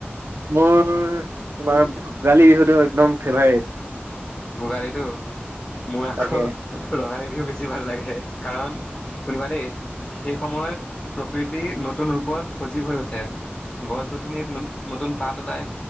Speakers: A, on the right (about 80°); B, on the left (about 25°).
A: মোৰ তোমাৰ ভোগালী বিহুতো নম ফে ভাই
B: ভোগালীতটো মোৰ আকৌ
A: তাকে
B: ৰঙালী বিহু বেছি ভাল লাগে কাৰণ শুনিব দেই সেই সময়ত প্ৰকৃতি নত নতুন ৰূপত সজীৱ হৈ উঠে। গছ-গছনিত নতুন পাত ওলাই।